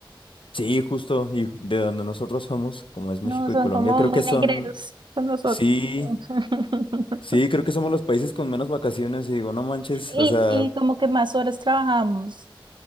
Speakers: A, on the left; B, on the right.
A: Sí, justo, y de donde nosotros somos, como es México
B: No, son
A: y Colombia,
B: como
A: creo
B: muy
A: que son,
B: negreros con nosotros.
A: sí,
B: <laughs>
A: sí, creo que somos los países con menos vacaciones y digo, no manches,
B: Y,
A: o sea,
B: y como que más horas trabajamos.